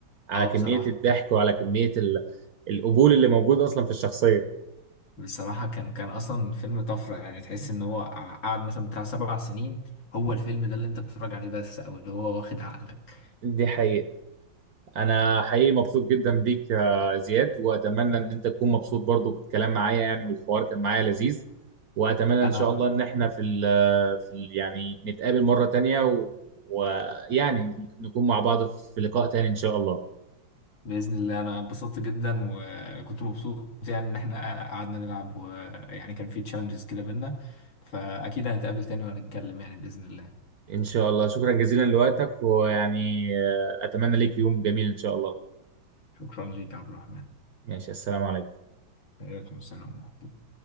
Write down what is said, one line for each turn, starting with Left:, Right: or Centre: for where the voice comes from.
Right: على
Left: آه،
Right: كمية
Left: بصراحة
Right: الضحك وعلى كمية ال- القبول اللي موجود أصلا في الشخصية
Left: بصراحة كان كان أصلا فيلم طفرة يعني تحس إن هو ع- قعد مثلا بتاع سبع سنين هو الفيلم ده اللي أنت بتتفرج عليه بس أو اللي هو واخد عقلك
Right: دي حقيقة أنا حقيقي مبسوط جدا بيك يا زياد وأتمنى إن أنت تكون مبسوط برضو بالكلام معايا يعني والحوار كان معايا لذيذ وأتمنى
Left: أنا
Right: إن شاء الله إن إحنا في ال في ال يعني نتقابل مرة تانية و- ويعني نكون مع بعض في لقاء تاني إن شاء الله
Left: بإذن الله أنا اتبسطت جدا وكنت مبسوط يعني إن إحنا قعدنا نلعب ويعني كان في تشالنجز كده بينا فأكيد هنتقابل تاني ونتكلم يعني بإذن الله
Right: إن شاء الله شكرا جزيلا لوقتك ويعني آه، أتمنى ليك يوم جميل إن شاء الله
Left: شكرا ليك يا عبد الرحمن
Right: ماشي السلام عليكم
Left: عليكم السلام ورحمة الله